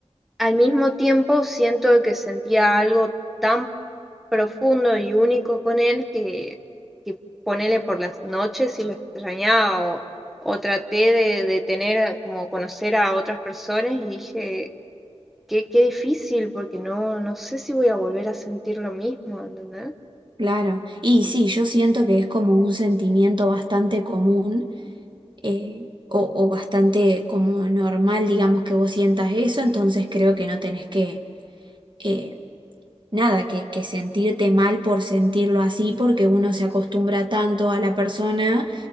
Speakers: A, in the centre; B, on the right.
A: al mismo tiempo, siento que sentía algo tan profundo y único con él que, que ponele por las noches y lo extrañaba o, o traté de, de tener, como conocer a otras personas y dije, qué, qué difícil porque no, no sé si voy a volver a sentir lo mismo, ¿entendés?
B: claro. Y sí, yo siento que es como un sentimiento bastante común eh, o, o bastante como normal, digamos, que vos sientas eso, entonces creo que no tenés que, eh, nada, que, que sentirte mal por sentirlo así, porque uno se acostumbra tanto a la persona